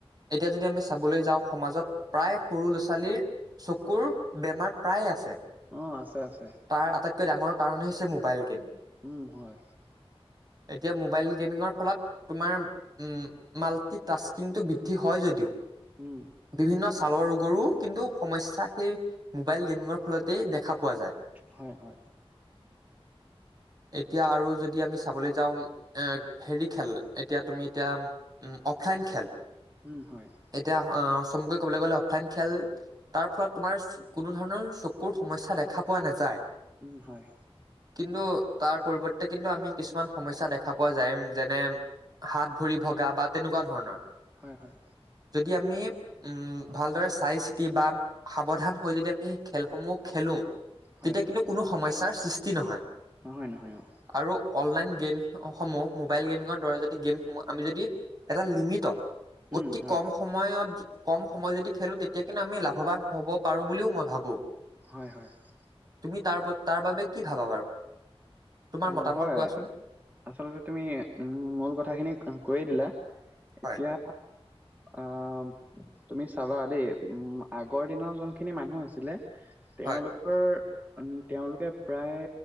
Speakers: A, on the right; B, on the right.
A: এতিয়া যেতিয়া আমি চাবলৈ যাওঁ সমাজত প্ৰায় সৰু ল'ৰা ছোৱালীৰ চকুৰ বেমাৰ প্ৰায় আছে।
B: অঁ আছে আছে।
A: তাৰ আটাইতকৈ ডাঙৰ কাৰণেই হৈছে, মোবাইল গেম।
B: উম হয়।
A: এতিয়া মোবাইল গেমিঙৰ ফলত, তোমাৰ উম মাল্টি টাস্কিঙটো বৃদ্ধি হয় যদিও
B: উম
A: বিভিন্ন ছালৰ ৰোগৰো কিন্তু সমস্যা সেই মোবাইল গেমিঙৰ ফলতেই দেখা পোৱা যায়।
B: হয় হয়।
A: <inaudible> এতিয়া আৰু যদি আমি চাবলৈ যাওঁ এ হেৰি খেল, এতিয়া তুমি এতিয়া উম অফলাইন খেল।
B: উম হয়।
A: এতিয়া আঁ চমুকৈ ক'বলৈ গ'লে অফলাইন খেল তাৰ ফলত তোমাৰ, কোনো ধৰণৰ চকুৰ সমস্যা দেখা পোৱা নাযায়।
B: উম হয়।
A: কিন্তু তাৰ পৰিৱৰ্তে কিন্তু আমি কিছুমান সমস্যা দেখা পোৱা যায়, উম যেনে হাত, ভৰি ভগা বা তেনেকুৱা ধৰণৰ।
B: হয় হয়।
A: যদি আমি উম ভালদৰে চাই চিতি বা সাৱধান হৈ যদি আমি খেলসমূহ খেলো
B: হয়
A: তেতিয়া কিন্তু কোনো সমস্যাৰ সৃষ্টি নহয়
B: নহয় নহয় অ
A: আৰু অনলাইন গেম সমূহ মোবাইল গেমিঙৰ দৰে যদি গেমসমূহ আমি যদি এটা লিমিটত
B: উম
A: অতি
B: হয়
A: কম সময়ত কম সময় যদি খেলো তেতিয়া কিন্তু আমি লাভৱান হ'ব পাৰো বুলিও মই ভাবো
B: হয় হয়
A: তুমি তাৰ প তাৰ বাবে কি ভাবা বাৰু তোমাৰ
B: অ
A: মতামত
B: হয়
A: কোৱাচোন
B: আচলতে তুমি উম মূল কথাখিনি কৈয়ে দিলা
A: হয়
B: এতিয়া আ তুমি চাবা দেই উম আগৰ দিনৰ যোনখিনি মানুহ আছিলে তেওঁলোকৰ
A: হয়
B: উ তেওঁলোকে প্ৰায়